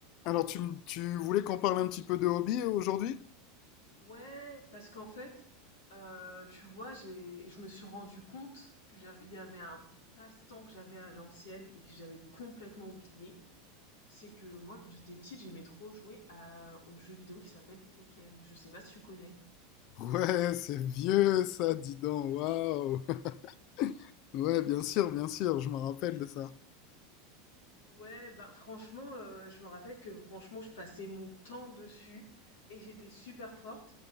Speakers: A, on the left (about 55°); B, on the left (about 75°).
A: Alors, tu, m- tu voulais qu'on parle un petit peu de hobby euh, aujourd'hui?
B: Ouais, parce qu'en fait, euh, tu vois, j'ai, je me suis rendu compte que j'avais, il y avait un passe-temps que j'avais à l'ancienne et que j'avais complètement oublié. C'est que moi, quand j'étais petite, j'aimais trop jouer à, au jeu vidéo qui s'appelle Tekken. Je sais pas si tu connais.
A: Ouais, c'est vieux ça, dis donc, waouh! <laughs> Ouais, bien sûr, bien sûr, je me rappelle de ça.
B: Ouais, bah franchement, euh, je me rappelle que franchement, je passais mon temps dessus et j'étais super forte.